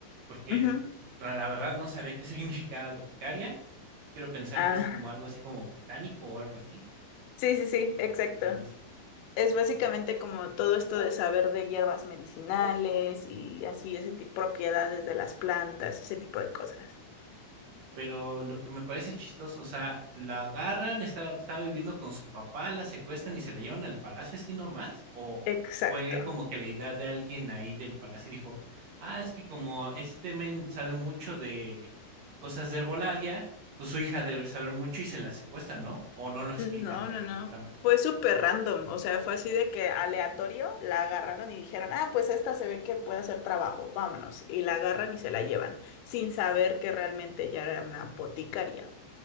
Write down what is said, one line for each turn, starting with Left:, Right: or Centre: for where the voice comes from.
Right: porque
Left: Ujú.
Right: es- pues, la la verdad no sabía qué <laughs> significaba boticaria. Quiero pensar
Left: Ah,
Right: que es como algo así como botánico o algo así,
Left: <laughs> sí, sí, sí,
Right: por lo
Left: exacto.
Right: que tú me dices.
Left: Es básicamente como todo esto de saber de hierbas medicinales y así ese tipo propiedades de las plantas, ese tipo de cosas.
Right: Pero lo que me parece chistoso, o sea, la agarran, está, estaba viviendo con su papá, la secuestran y se la llevan al palacio así nomás, o
Left: Exacto.
Right: fue como que la idea de alguien ahí del palacio y dijo, ah, es que como este men sabe mucho de cosas de herbolaria, pues su hija debe saber mucho y se la secuestra, ¿no? O no lo explican
Left: No,
Right: durante
Left: no, no.
Right: la trama.
Left: Fue súper random, o sea, fue así de que aleatorio la agarraron y dijeron, ah, pues esta se ve que puede hacer trabajo, vámonos. Y la agarran y se la llevan, sin saber que realmente ya era una boticaria.